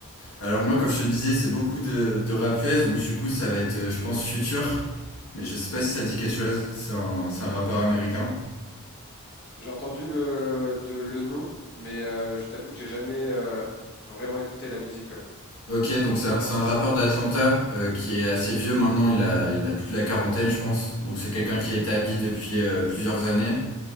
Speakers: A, on the left; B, on the left.
A: Alors moi, comme je te disais, c'est beaucoup de, de rap US, donc du coup, ça va être, euh, je pense, Future. Mais je sais pas si ça dit quelque chose. C'est un, c'est un rappeur américain.
B: J'ai entendu le, de- le nom, mais euh, je t'avoue que j'ai jamais euh, vraiment écouté la musique. ouais.
A: Ok, donc c'est un, c'est un rappeur d'Atlanta euh, qui est assez vieux maintenant. Il a, il a plus de la quarantaine, je pense. Donc c'est quelqu'un qui est établi depuis euh, plusieurs années.